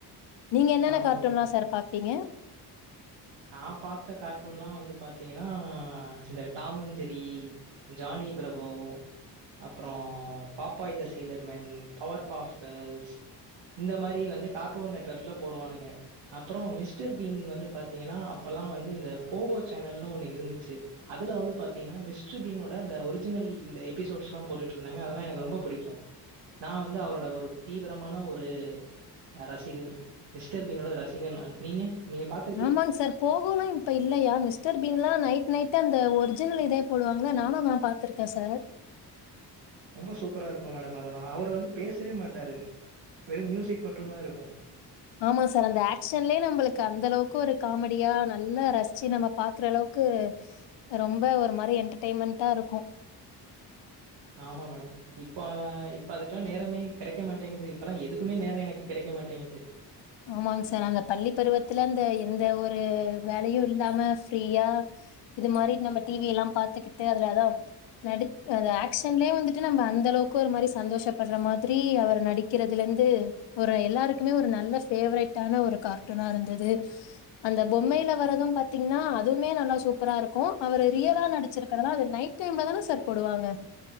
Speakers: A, on the left; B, on the right.
A: நீங்க என்னென்ன
B: ஆமா
A: கார்ட்டூன்லா
B: மேடம்.
A: சார் பாப்பீங்க
B: நா பாத்த கார்ட்டூன்ல வந்து பாத்தீங்கனா இந்த டாமண்ஜெரி ஜானி பிரபோ அப்றோ பாப்பாய் த சிய்லர்மேன் பவர் பாப்கேர்ள்ஸ் இந்த மாரி வந்து கார்ட்டூன் நெட்வெர்குல போடுவானுங்க அப்றோ மிஸ்டர் பீன் வந்து பாத் பாத்தீங்கனா அப்பெல்லா வந்து இந்த போகோ சேனல்னு ஒண்ணு இருந்துச்சு அதுல வந்து பாத்தீங்கனா மிஸ்டர் பீனோட அந்த ஒரிஜினல் இந்த எபிசோட்ஸ்லா போட்டுட்ருந்தாங்க அதெலா எனக்கு ரொம்ப புடிக்கு நா வந்து அவரோட ஒரு தீவிரமான ஒரு அ ரசிகன் மிஸ்டர் பீனோட ரசிகன் நானு நீங்க நீங்க பாத்
A: ஆமாங் சார் போகோலா இப்ப இல்லயா மிஸ்டர் பீன்லா நைட் நைட் அந்த ஒரிஜினல் இதே போடுவாங்க நானு அதல பாத் திர்க்க சார்
B: ரொம்ப சூப்பரா இருக்கு மேடம் அதெல்லா அவர் வந்து பேசவே மாட்டாரு வெறும் மியூசிக் மட்டுந்தா இருக்கு
A: ஆமா சார் அந்த ஆக் ஷன்லே நம்புளுக் அந்த அளவுக்கு ஒரு காமெடியா நல்லா ரசிச்சு நம்ப பாக்ற அளவுக்கு ரொம்ப ஒரு மாரி என்டர்டெயின்மெண்டாருக்கு
B: ஆமா மேடம் இப்ப இப்ப அதுக்கிலா நேரமே கெடைக்க மாட்டேங்குது இப்பலா எதுக்குமே நேர எனக்கு கெடைக்க மாட்டேங்குது
A: ஆமாங் சார் அந்த பள்ளி பருவத்துல இந்த எந்த ஒரு வேலயு இல்லாம ஃப்ரீயா இது மாரி நம்ம டி வி எல்லா பாத்துக்கிட்டு அதுல அதா நடிப் அது ஆக் க்ஷன்லே வந்துட்டு நம்ப அந்த அளவுக்கு ஒரு மாரி சந்தோஷப்பட்ற மாதிரி அவர் நடி கிறதுலந்து ஒரு எல்லாருக்குமே ஒரு நல்ல ஃபேவ்ரைடான ஒரு கார்ட்டூனா இருந்தது அந்த பொம்மையில வரது பாத்தீங்னா அதுமே நல்லா சூப்பரா இருக்கு அவரு ரியலா நடிச்சிருக்கறத அது நைட் டேம்ல தானே சார் போடுவாங்க